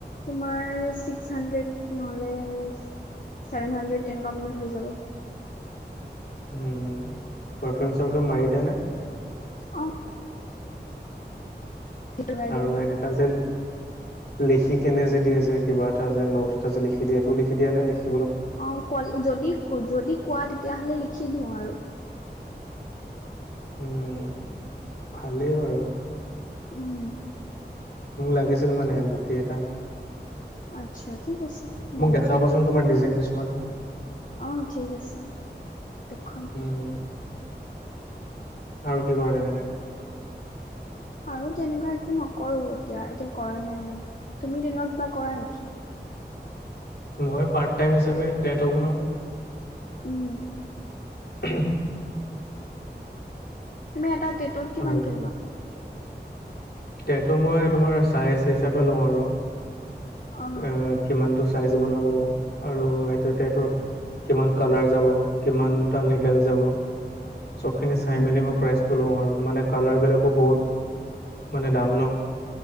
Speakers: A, on the left; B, on the left.
A: তোমাৰ ছিক্স হানড্ৰেড নহলে ছেভেন হাড্ৰেড তেনেকোৱা মানত হৈ যাব
B: উ হম পাৰফিউম চাৰফিউম মাৰি দেনে
A: অ সেইটো লগাই
B: আৰু
A: দিওঁ
B: এনেকা যে লিখি কেনে যে দিয়ে যে কিবা এটা যে নট এটা যে লিখি দিয়ে সেটো লিখি দিয়া নে লিখি
A: অ ক যদি যদি কোৱা তেতিয়াহলে লিখি দিও আৰু
B: উম ভালেই বাৰু
A: উম
B: মোক লাগিছিল মানে বোকে এটা
A: আচ্ছা ঠিক আছে
B: মোক
A: বনাই
B: দেখাবাচোন
A: দিম
B: তোমাৰ ডিজাইন কিছুমান
A: অ ঠিক আছে দেখুৱাম
B: উম আৰু কি কৰে তেনেকে
A: আৰু তেনেকোৱা একো নকৰো এতিয়া এতিয়া কৰা নাই আৰু তুমি তেনেকোৱা কিবা কৰা নেকি
B: মই পাৰ্ট টাইম হিচাপে টেটো বনাওঁ
A: উম
B: <unintelligible>
A: তুমি এটা টেটোত কিমানকে
B: আৰু
A: লোৱা
B: সেইটো মই তোমাৰ চাইজ হিচাপে লওঁ আৰু
A: অ
B: এ কিমানটো চাইজ বনাব আৰু সেইটো টেটোত কিমান কালাৰ যাব কিমানটা নিডেল যাব চবখিনি চাই
A: উম
B: মেলি
A: উম
B: মই প্ৰাইজটো লও আৰু মানে কালাৰবিলাকো বহুত মানে দাম ন